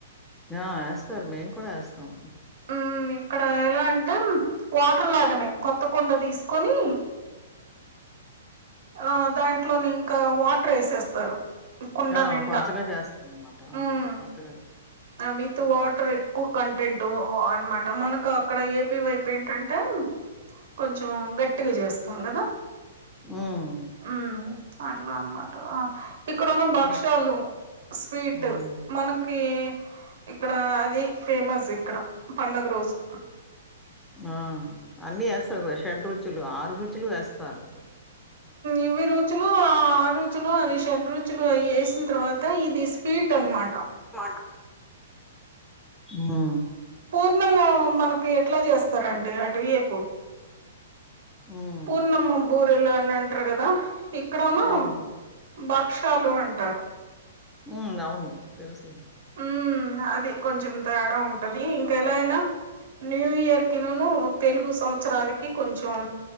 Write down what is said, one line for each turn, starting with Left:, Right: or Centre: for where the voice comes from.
Centre: ఆ వేస్తారు మేము కూడా వేస్తాం
Right: ఉ ఇక్కడ ఎలా అంటే వాటర్ లాగానే కొత్త కొండ తీసుకొని ఆ దాంట్లోని ఇంకా వాటర్ వేసేస్తారు కుండ
Centre: ఆ
Right: నిండా
Centre: పలుసగా చేస్తాంది అనమాట ఆ
Right: ఉమ్
Centre: పలుసగా
Right: విత్ వాటర్ ఎక్కువ క వన్ అంటూ అనమాట మనకు అక్కడ ఏపీ వైపు ఏంటంటే కొంచెం గట్టిగా చేస్తాం కదా
Centre: హ్మ్.
Right: ఉ అట్లా అనమాట ఇక్కడ ఉన్న
Centre: ఇవన్నీ.
Right: భక్ష్యాలు స్వీట్
Centre: హ్మ్.
Right: మనకి ఇక్కడ అది ఫేమస్ ఇక్కడ పండుగ రోజు
Centre: ఆ అన్నిీ వేస్తారు కదా షెడ్ రుజులు ఆరు రుచులు వేస్తారు
Right: ఇవై రోజులు ఆ రోజులు అ చెడ రుచులు వేసిన తర్వాత ఇది స్వీట్ అనమాట
Centre: మాట ఆ
Right: ఇన్నము మనకి ఎట్లా చేస్తారంటడి అటు వేపు
Centre: హ్మ్.
Right: పూర్ణమబూర్ లు అని అంటారు కదా ఇక్కడనా
Centre: అవును.
Right: భక్షాలు అంటారు
Centre: ఉ అవును తెల్సు
Right: ఉ అది కొంచెం తేడా ఉంటది ఇంక ఎలా అయినా న్యూ ఇయర్ కి నును తెలుగు సంవత్సరాదికి కొంచెం